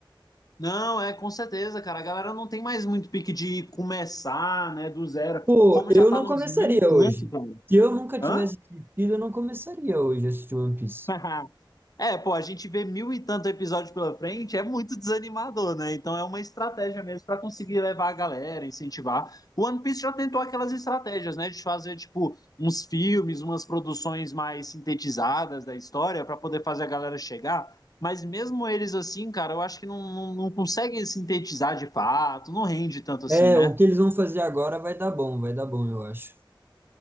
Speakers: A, on the left; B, on the right.
A: Não, é com certeza, cara. A galera não tem mais muito pique de começar, né, do zero.
B: Pô,
A: Como já
B: eu
A: tá
B: não
A: nos
B: começaria
A: mil e tanto,
B: hoje. Se eu nunca
A: cara.
B: tivesse assistido, eu não começaria hoje a assistir One Piece.
A: Hã? <laughs> É, pô, a gente vê mil e tanto episódios pela frente, é muito desanimador, né? Então é uma estratégia mesmo para conseguir levar a galera, incentivar. O One Piece já tentou aquelas estratégias, né? De fazer, tipo, uns filmes, umas produções mais sintetizadas da história para poder fazer a galera chegar. Mas mesmo eles assim, cara, eu acho que não, não, não conseguem sintetizar de fato, não rende tanto assim,
B: É,
A: né?
B: o que eles vão fazer agora vai dar bom, vai dar bom, eu acho.